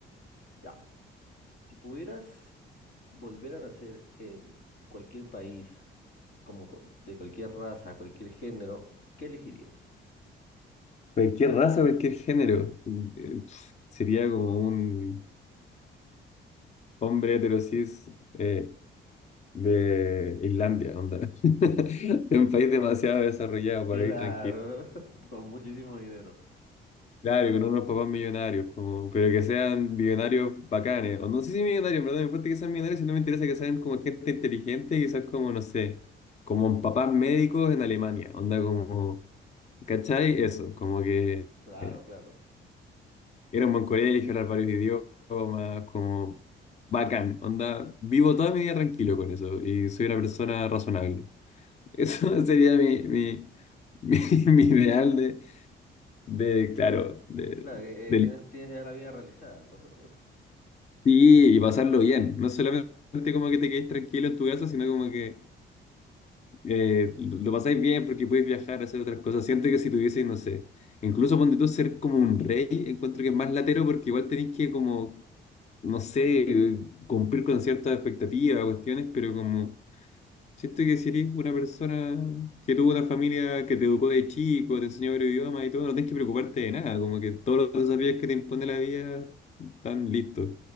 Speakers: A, on the left (about 75°); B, on the left (about 35°).
A: Ya, si pudieras volver a nacer en cualquier país, como cu- de cualquier raza, cualquier género, ¿qué elegirías?
B: Cualquier raza, cualquier género. eh, pf, sería como un hombre heterosis eh, de Islandia, onda. <laughs> De un país demasiado desarrollado para
A: Claro,
B: vivir tranquilo.
A: <laughs> con muchísimo dinero.
B: Claro, con unos papás millonarios, como, pero que sean millonarios bacanes. O no sé si millonarios, pero no me importa que sean millonarios, sino me interesa que sean como gente inteligente, quizás como, no sé, como papás médicos en Alemania. Onda como, ¿cachai? Eso, como que
A: Claro,
B: eh,
A: claro.
B: era un buen colegio, hablar varios idiomas, como bacán. Onda, vivo toda mi vida tranquilo con eso y soy una persona razonable. Eso <laughs> sería mi, mi, <laughs> mi, mi ideal de, de, claro, de,
A: Claro, eh,
B: del
A: eh, tienes, tienes ya la vida realizada, pues, ¿no?
B: Sí, y pasarlo bien. No solamente como que te quedes tranquilo en tu casa, sino como que eh, lo lo pasáis bien porque podéis viajar, hacer otras cosas. Siento que si tuvieseis, no sé, incluso ponte tú ser como un rey, encuentro que es más latero porque igual tenéis que como, no sé, eh, cumplir con ciertas expectativas, cuestiones, pero como siento que si eres una persona que tuvo una familia que te educó de chico, te enseñó varios idiomas y todo, no tenés que preocuparte de nada, como que todos los desafíos que te impone la vida están listos.